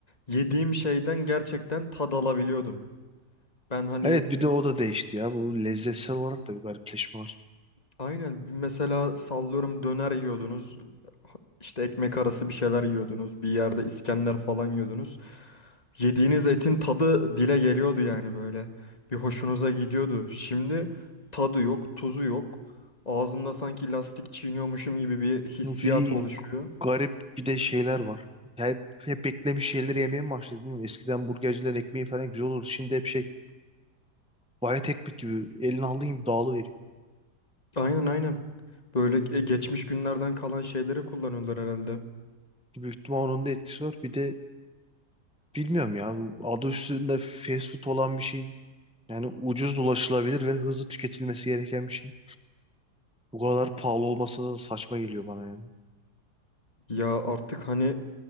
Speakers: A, on the left; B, in the centre.
A: yediğim şeyden gerçekten tad alabiliyordum. Ben hani
B: Evet bir de o da değişti ya. Bu lezzetsel olarak da bir garipleşme var.
A: aynen mesela sallıyorum döner yiyordunuz, işte ekmek arası bir şeyler yiyordunuz, bir yerde İskender falan yiyordunuz. Yediğiniz etin tadı dile geliyordu yani
B: Hı.
A: böyle. Bir hoşunuza gidiyordu. Şimdi tadı yok, tuzu yok. Ağzımda sanki lastik çiğniyormuşum gibi bir hissiyat
B: Bir
A: oluşuyor.
B: garip bir de şeyler var. Hep, hep beklemiş şeyleri yemeye mi başladı bilmiyorum. Eskiden burgercilerin ekmeği falan güzel olurdu. Şimdi hep şey bayat ekmek gibi elini aldığın gibi dağılıveriyor.
A: Aynen aynen. Böyle ge- geçmiş günlerden kalan şeyleri kullanıyorlar herhalde.
B: Büyük ihtimal onun da etkisi var. Bir de bilmiyorum ya bu adı üstünde fast food olan bir şeyin yani ucuz ulaşılabilir ve hızlı tüketilmesi gereken bir şeyin bu kadar pahalı olması da saçma geliyor bana yani.
A: Ya artık hani